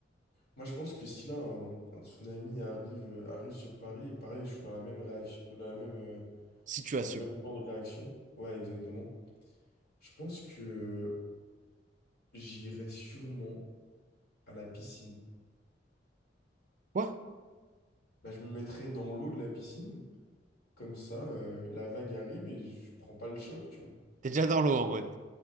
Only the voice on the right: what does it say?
Situation.
Quoi?
T'es déjà dans l'eau en mode.